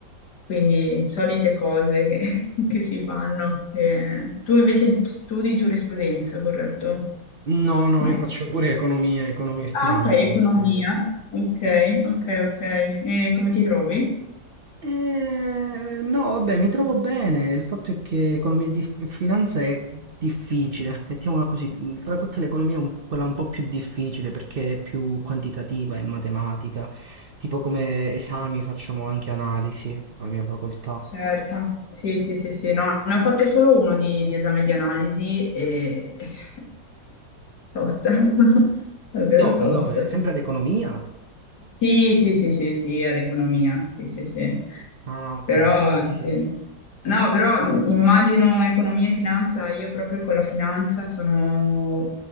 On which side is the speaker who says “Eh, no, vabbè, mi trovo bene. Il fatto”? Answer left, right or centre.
Right